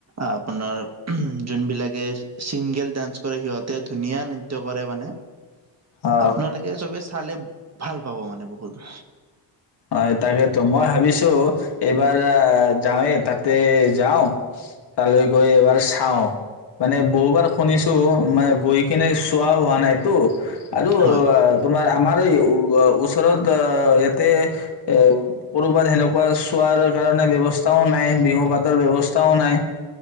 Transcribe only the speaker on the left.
অ
হয় তাকেতো মই ভাবিছো এইবাৰ যাওঁৱে তাতে যাও তালৈ গৈ এবাৰ চাও মানে বহুবাৰ শুনিছো মানে গৈ কিনে চোৱাও হোৱানাইটো। আৰু
তোমাৰ আমাৰ এই উ <unintelligible> তলত ইয়াতে এ কৰোবাত সেনেকোৱা চ চোৱাৰ কাৰণে ব্যৱস্থাও নাই, বিহুপাতৰ ব্যৱস্থাও নাই।